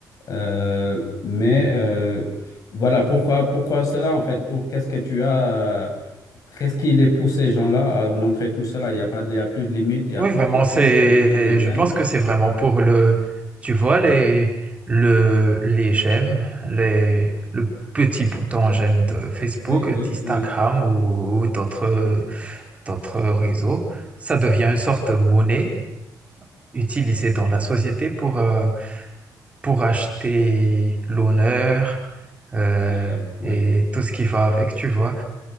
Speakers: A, on the left (about 60°); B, on the right (about 20°).
A: Euh, mais euh, voilà, pourquoi, pourquoi cela en fait? Pour qu'est-ce que tu as, euh, qu'est-ce qui les pousse ces gens-là à montrer tout cela? Il n'y a pas de, il y a plus de limite, il n'y a
B: Oui,
A: plus
B: vraiment,
A: de,
B: c'est,
A: honte, de, de gêne.
B: je pense que c'est vraiment pour le, tu vois, les, le, les j'aime, les, le petit bouton j'aime de Facebook,
A: Oui,
B: d'Instagram
A: oui, oui.
B: ou, ou d'autres, d'autres réseaux. Ça devient une sorte de monnaie utilisée dans la société pour, euh, pour acheter l'honneur, euh,
A: Voilà, oui.
B: et tout ce qui va avec, tu vois.